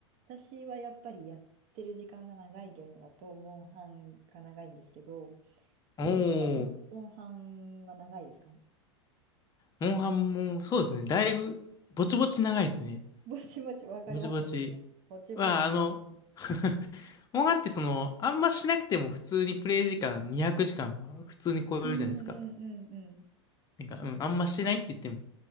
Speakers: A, on the right; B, on the left.
A: 私はやっぱりやってる時間が長いゲームだと、モンハンが長いんですけど、
B: お
A: ようさんのモンハンは長いですか
B: ー、
A: <laughs>
B: モンハンも、そうですね。だいぶ、ぼちぼち長いですね。
A: ぼちぼち、わかります、
B: ぼちぼち。
A: わかります。ぼちぼちですよね。
B: まあ、あの、<laughs> モンハンってその、あんましなくても普通にプレイ時間200時間は普通に超えるじゃないですか。
A: うんうんうん
B: なんか、うん、あんましてないって言っても